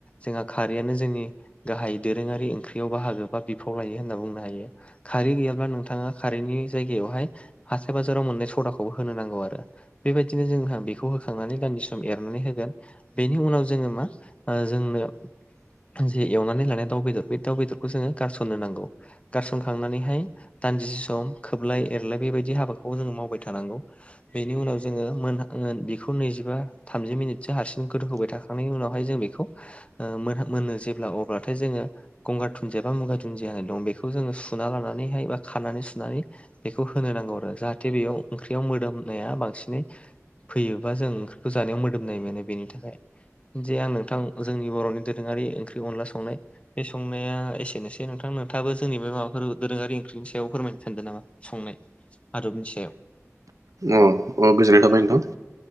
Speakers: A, on the left; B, on the right.
A: जोंहा खारैयानो जोंनि गाहाइ दोरोङारि ओंख्रियाव बाहागो बा बिफाव लायो होनना बुंनो हायो। खारै गैयाब्ला नोंथाङा खारैनि जायगायावहाय हाथाय बाजाराव मोनननाय सदाखौबो होनो नांगौ आरो। बे बायदिनो जोंहा बेखौ होखांनानै दान्दिसे सम एरनानै होगोन। बेनि उनाव जोङो मा आरो जोंनो जे एवनानै लानाय दाउ बेदर बे दाउ बेदरखौ जोङो गारसननो नांगौ। गारसनखांनानैहाय दानजिसे सम खोबलाय एरलाय बे बायदि हाबाखौ जोङो मावबाय थानांगौ। बेनि उनाव जोङो मोन बेखौ नैजिबा थामजि मिनिटसो हारसिं गोदौ होबाय थाखांनायनि उनावहाय जों बेखौ मोनो जेब्ला अब्लाथाय जोङो गंगार दुनदिया बा मुगा दुनदिया दं बेखौ जो सुना लानानैहाय बा खानानै सुनानै बेखौ होनो नांगौ आरो जाहाथे बेयाव ओंख्रियाव मोदोमनाया बांसिनै फैयोबा जों ओंख्रिखौ जानायाव मोदोमनाय मोनो बेनि थाखाय। जे आं नोंथां जोंनि बर'नि दोरोंङारि ओंख्रि अनला संनाय बे संनाया एसेनोसै नोंथां। नोंथाङाबो जोंनि बे माबाफोर दोरोङारि ओंख्रिनि सायाव फोरमायनो सानदों नामा? संनाय आरो बिनि सायाव।
B: अ अ गोजोननाय थाबाय नोंथां।